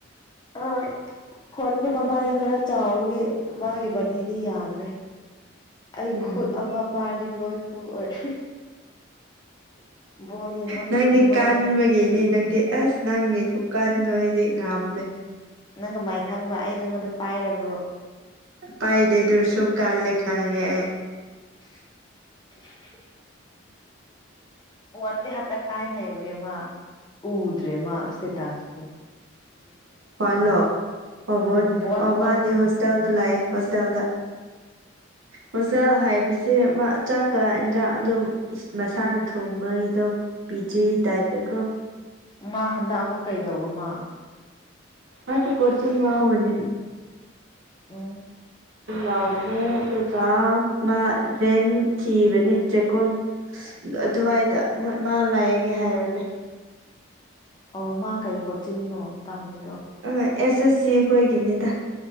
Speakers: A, on the left; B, on the right.
A: ꯑꯥ ꯍꯣꯟꯒꯤ ꯃꯃꯥꯏꯗ ꯈꯔ ꯆꯥꯎꯈꯤ ꯃꯥꯒꯤ ꯕꯗꯤꯗꯤ ꯌꯥꯗ꯭ꯔꯦ ꯑꯩ
B: ꯎꯝ
A: ꯈꯨꯠ ꯑꯃ ꯄꯥꯔꯗꯤ ꯂꯣꯏ ꯐꯨꯜ ꯑꯣꯏꯔꯦ ꯕꯣꯜ ꯌꯦꯡꯃꯟꯕꯒꯤ
B: ꯅꯪꯗꯤ
A: ꯃꯥꯗꯣ
B: ꯀꯟꯕꯒꯤꯅꯤ ꯅꯪꯗꯤ ꯑꯁ ꯅꯪꯉ ꯀꯨꯞꯀꯥꯗꯅꯣ ꯑꯩꯗꯤ ꯉꯥꯝꯗꯦ
A: ꯅꯪꯒ ꯃꯥꯏ ꯈꯪꯕ ꯑꯩ ꯅꯪꯉꯣꯟꯗ ꯄꯥꯏꯔꯕ
B: ꯄꯥꯏꯗꯩꯗꯨꯔꯁꯨ ꯀꯥꯜꯂꯦ ꯈꯥꯅꯉꯦ ꯑꯩ
A: <unintelligible> ꯋꯥꯟꯦ ꯍꯟꯗ ꯀꯥꯏ ꯂꯩ ꯏꯒꯦꯃ ꯎꯎꯗ꯭ꯔꯦꯃ ꯁꯇꯦꯇꯥꯥꯁ
B: ꯀꯋꯥꯜꯂꯣ ꯍꯕꯣꯟ
A: ꯑ ꯕꯣꯟ
B: ꯑ
A: ꯕꯣꯟ
B: ꯃꯥꯗꯤ ꯍꯣꯁꯇꯦꯜꯗ ꯂꯥꯛꯑꯦ ꯍꯣꯁꯇꯦꯜꯗ
A: ꯎꯝ
B: ꯃꯆꯦꯜ ꯍꯥꯏꯕꯁꯦ ꯆꯥꯛꯀ ꯏꯟꯖꯥꯡ ꯑꯗꯨꯝ ꯃꯁꯥꯅ ꯊꯣꯡꯕꯒꯤꯗꯣ ꯄꯤꯖꯤꯦ ꯇꯥꯏꯕꯒꯣ
A: ꯃꯥ ꯍꯟꯗꯛ ꯑꯃꯨꯛ ꯀꯩꯗꯧꯕ ꯃꯥ
B: ꯃꯁꯨ ꯀꯆꯎꯅꯤ
A: ꯑ
B: ꯂꯥꯎꯕꯅꯦ ꯑꯗꯨꯒ ꯃꯥ ꯔꯦꯟ ꯆꯤꯕꯅꯦ ꯆꯦꯛꯀꯨꯣꯟ ꯑꯗꯨꯋꯥꯏꯗ ꯃꯥ ꯂꯥꯛꯑꯒꯦ ꯍꯥꯏꯕꯅꯦ
A: ꯑꯣ ꯃꯥ ꯀꯩꯀꯣ ꯆꯤꯡꯅꯣ ꯇꯝꯃꯤ
B: ꯑ ꯑꯦꯁ ꯑꯦꯁ ꯁꯤ ꯑꯩꯈꯣꯏꯒꯤꯅꯤꯗ